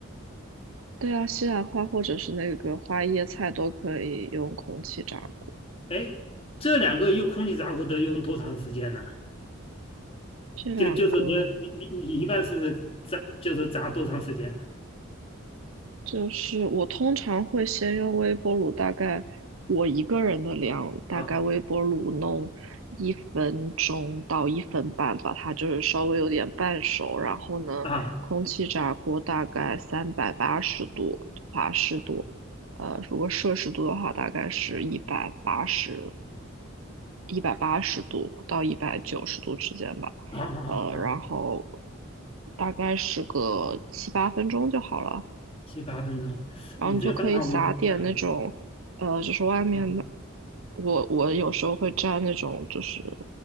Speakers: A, on the right; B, on the left.
A: 对啊西兰花，或者是那个花椰菜都可以用空气炸锅，
B: 哎，这两个用空气炸锅得用多长时间呢？
A: 这两个。
B: 就就是这，你你你一般是炸，就是炸多长时间呢？
A: 就是我通常会先用微波炉，大概我一个人的量，大概微波炉弄一分钟到一分半吧，
B: 啊
A: 把它就是稍微有点半熟。然后呢，
B: 啊
A: 空气炸锅大概三百八十度华氏度，呃，如果摄氏度的话，大概是一百八十一百八十度到一百九十度之间吧，
B: 啊啊啊，
A: 呃，然后大概是个七八分钟就好了。
B: 七八分钟。
A: 然后你就可以撒点那种，
B: 你这个方法我可，嗯
A: 呃，就是外面买，
B: 嗯
A: 我我有时候会蘸那种就是